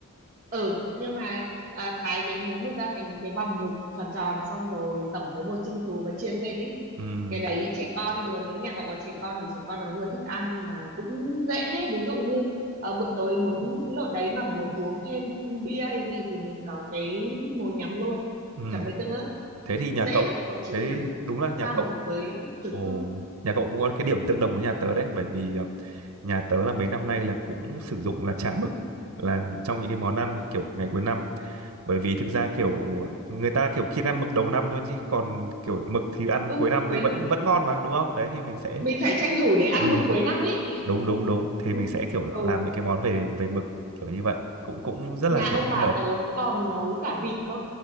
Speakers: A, on the right; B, on the right.
A: ừ nhưng mà à, thái cái miếng mực ra thành cái vòng mực tròn tròn xong rồi tẩm với bột chiên xù và chiên lên ấy
B: Ừm
A: cái đấy trẻ con vừa nếu nhà cậu có trẻ con thì trẻ con nó vừa thích ăn mà cũng dễ ví dụ như ở bữa tối muốn lộn đấy mà muốn uống thêm bia hay gì thì mình có cái mồi nhắm luôn
B: ừm,
A: chấm với tương ớt
B: thế thì nhà
A: dễ
B: cậu
A: lắm cậu chỉ
B: thế thì
A: cần
B: đúng là nhà
A: pha
B: cậu
A: bột với trứng
B: ồ
A: thôi
B: nhà cậu cũng có cái điểm tương đồng với nhà tớ đấy bởi vì ờ, nhà tớ là mấy năm nay là cũng sử dụng là chả mực là trong những cái món ăn kiểu ngày cuối năm bởi vì thực ra kiểu người ta kiểu kiêng ăn mực đầu năm thôi chứ còn kiểu mực thì ăn
A: ừ
B: cuối năm
A: quên
B: thì vẫn vẫn ngon mà đúng không đấy thì mình sẽ
A: mình phải tranh thủ để ăn
B: Ừ.
A: mực cuối năm ấy
B: đúng đúng đúng thì
A: ừ
B: mình sẽ kiểu
A: Ừ,
B: làm những cái món về về mực kiểu như vậy cũng cũng rất là
A: nhà
B: kiểu
A: ông
B: thích
A: bà
B: hợp
A: tớ còn nấu cả vịt cơ